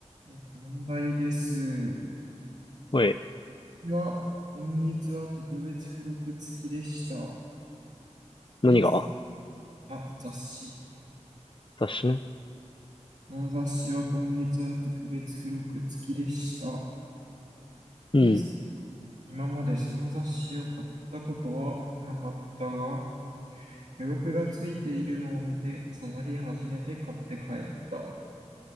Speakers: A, on the right (about 70°); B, on the left (about 40°).
A: えっと問題です。
B: おい、
A: いや、今月は特別付録付きでした。え
B: 何が
A: あ、雑誌。
B: 私ね。
A: この雑誌は今月は特別付録付きでした。
B: うん、
A: え今までその雑誌を買ったことはなかったが、付録が付いているのを見て、その日初めて買って帰った。